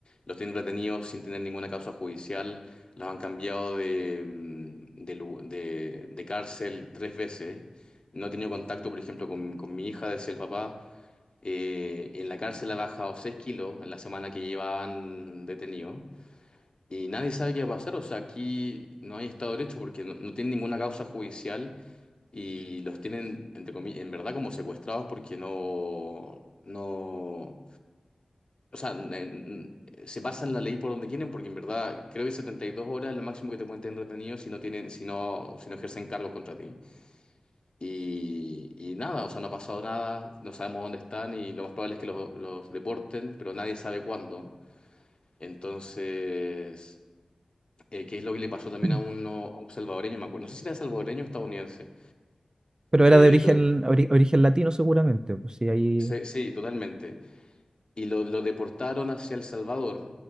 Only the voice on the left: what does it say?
los tienen retenidos sin tener ninguna causa judicial, los han cambiado de, mm, de, lu- de- de cárcel tres veces, no he tenido contacto, por ejemplo, con, con mi hija, decía el papá. Eh, en la cárcel ha bajado 6 kilos en la semana que llevaban detenido. Y nadie sabe qué va a pasar. O sea, aquí no hay Estado de Derecho porque no, no tienen ninguna causa judicial y los tienen, entre comillas, en verdad como secuestrados porque no, no, o sea, n- n- se pasan la ley por donde quieren porque en verdad creo que 72 horas es lo máximo que te pueden tener retenido si no tienen, si no, si no ejercen cargos contra ti. Y, y nada, o sea, no ha pasado nada, no sabemos dónde están y lo más probable es que los, los deporten, pero nadie sabe cuándo. Entonces, eh, ¿qué es lo que le pasó también
a uno, a un salvadoreño? Me acuerdo, no sé si era salvadoreño o estadounidense,
que
lo de-
sí, sí, totalmente. Y lo, lo deportaron hacia El Salvador,